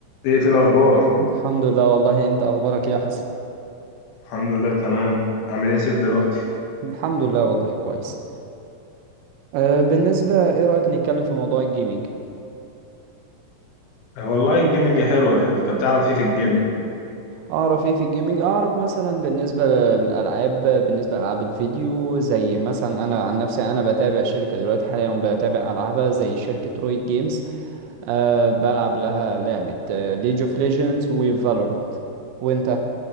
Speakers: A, on the left; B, on the right.
A: ايه في الاخبار
B: الحمد لله والله انت اخبارك ايه يا حسن
A: الحمد لله تمام عامل ايه يا سيف دلوقتي
B: الحمد لله والله كويس أه بالنسبة ايه رأيك نتكلم في موضوع الجيمينج
A: آه والله الجيمنج حلوه انت بتعرف ايه في الجيمنج
B: اعرف ايه في الجيمينج اعرف مثلا بالنسبة للالعاب بالنسبة لالعاب الفيديو زي مثلا انا عن نفسي انا بتابع شركة دلوقتي حاليا بتابع العابها زي شركة رويد جيمز أه بلعب لها لعبة ليج اوف ليجندز وفالورنت وانت